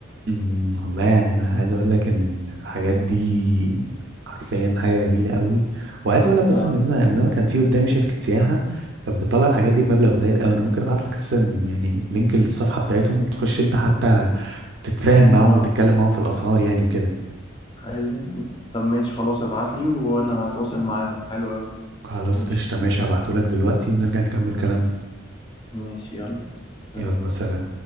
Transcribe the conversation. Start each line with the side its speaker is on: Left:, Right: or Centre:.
Right: أمم، والله يعني انا عايز اقول لك ان الحاجات دي حرفيا حاجه جميله قوي وعايز اقول لك
Left: آه.
Right: اصلا ان انا ان انا كان في قدامي شركه سياحه كانت بتطلع الحاجات دي بمبلغ قليل قوي انا ممكن ابعت لك اصلا يعني لينك الصفحه بتاعتهم تخش انت حتى تتفاهم معاهم
Left: آه.
Right: وتتكلم معاهم في الاسعار يعني وكده
Left: حلو طب ماشي خلاص ابعت لي وانا هتواصل معاهم حلو قوي
Right: خلاص
Left: ماشي
Right: قشطه ماشي هبعته لك دلوقتي ونرجع نكمل كلامنا
Left: ماشي يلا سلام
Right: يلا سلام